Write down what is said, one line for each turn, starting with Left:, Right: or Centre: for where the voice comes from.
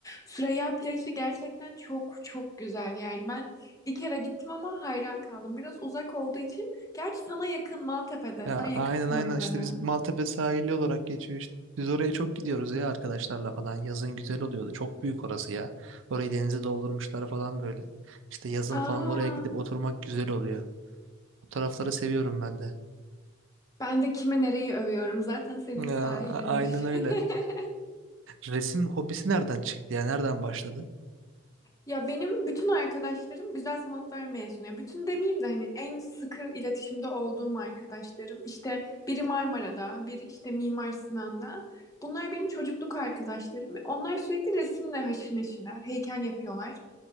Left: Süreyya plajı gerçekten çok çok güzel. Yani ben bir kere gittim ama hayran kaldım. Biraz uzak olduğu için. Gerçi sana yakın Maltepe'de.
Right: Ya
Left: Sen yakınsın
Right: aynen aynen
Left: oralara.
Right: işte biz Maltepe sahili olarak geçiyor işte. Biz oraya çok gidiyoruz ya arkadaşlarla falan. Yazın güzel oluyordu. Çok büyük orası ya. Orayı denize doldurmuşlar falan böyle. İşte yazın
Left: Aa.
Right: falan oraya gidip oturmak güzel oluyor. O tarafları seviyorum ben de.
Left: Ben de kime nereyi övüyorum zaten senin
Right: Ya,
Left: sahilinmiş.
Right: a- aynen öyle.
Left: <laughs>
Right: Resim hobisi nereden çıktı ya? Nereden başladı?
Left: Ya benim bütün arkadaşlarım güzel sanatlar mezunu. Ya bütün demeyeyim de hani en sıkı iletişimde olduğum arkadaşlarım. İşte biri Marmara'da, biri işte Mimar Sinan'da. Bunlar benim çocukluk arkadaşlarım. Onlar sürekli resimle haşır neşirler, heykel yapıyorlar.